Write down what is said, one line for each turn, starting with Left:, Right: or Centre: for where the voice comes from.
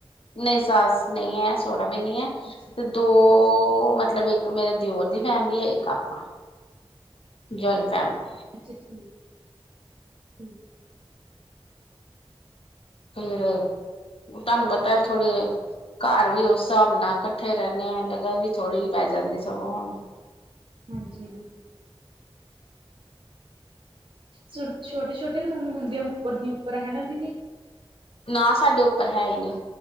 Left: ਨਹੀਂ ਸੱਸ ਨਹੀਂ ਹੈ ਸਹੁਰਾ ਵੀ ਨਹੀਂ ਹੈ
Right: ਅੱਛਾ
Left: ਤੇ ਦੋ
Right: ਅੱਛਾ
Left: ਮਤਲਬ ਇੱਕ। ਇੱਕ ਮੇਰੇ ਦਿਓਰ ਦੀ ਫੈਮਿਲੀ ਐ ਇੱਕ ਆਪਾਂ ਜਆਇੰਟ ਫੈਮਿਲੀ।
Right: ਅੱਛਾ ਠੀਕ ਠੀਕ।
Left: ਫੇਰ ਤੁਹਾਨੂੰ ਪਤਾ ਹੈ ਥੋੜੇ। ਘਰ ਵੀ ਉਸ ਹਿਸਾਬ ਨਾਲ ਇਕੱਠੇ ਰਹਿੰਦੇ ਆਾਂ ਜਗ੍ਹਾ ਵੀ ਥੋੜ੍ਹੀ ਜ ਪੈ ਜਾਂਦੀ ਸਗੋਂ ਹਣ
Right: ਹਾਂਜੀ। ਸੋਡ ਛੋਟੇ-ਛੋਟੇ ਰੂਮ ਹੁੰਦੇ ਆ ਉੱਪਰ ਦੀ ਉੱਪਰ ਹੈਨਾ ਦੀਦੀ।
Left: ਨਾ ਸਾਡੇ ਉੱਪਰ ਹੈ ਈ ਨੀ।